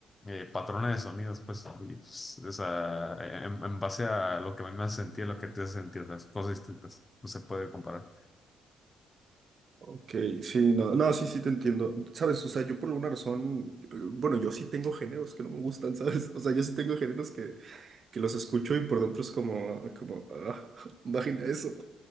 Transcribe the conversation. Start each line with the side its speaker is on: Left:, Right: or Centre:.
Left: eh, patrones de sonidos, pues, y, pues, o sea, e, en, en base a lo que a mí me hace sentir, lo que te hace sentir, o sea, son cosas distintas, no se puede comparar.
Right: Ok, sí, no, no, sí, sí te entiendo. Sabes, o sea, yo por alguna razón, eh, bueno, yo sí tengo géneros que no me gustan, <laughs> ¿sabes? O sea, yo sí tengo géneros que, que los escucho y por dentro es como, como, ah, <laughs> imagina eso.